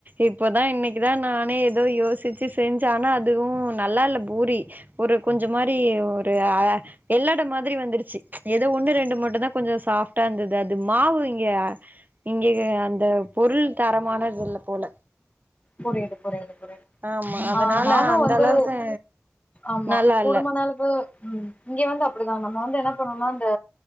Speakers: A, on the right; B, on the left.
A: இப்பதா இன்னைக்குதா நானே எதோ யோசிச்சு செஞ்சே ஆனா அதுவு நல்லால்ல பூரி ஒரு கொஞ்ச மாரி ஒரு அ எல்லாட மாரி வந்துருச்சி எதோ ஒன்னு ரெண்டு மட்டுத்தா கொஞ்ச சாஃப்டா இருந்தது அது மாவு இங்க இங்க அந்த பொருள் தரமானதில்ல போல
B: புரியிது புரியிது புரியிது
A: ஆமா அதனால
B: ஆ நானு
A: அந்த
B: வந்து
A: அளவுக்கு
B: ஆமா
A: நல்லா
B: கூடுமான
A: இல்ல
B: அளவு ம் இங்க வந்து அப்டிதா நம்ம வந்து என்ன பண்ணுவோனா இந்த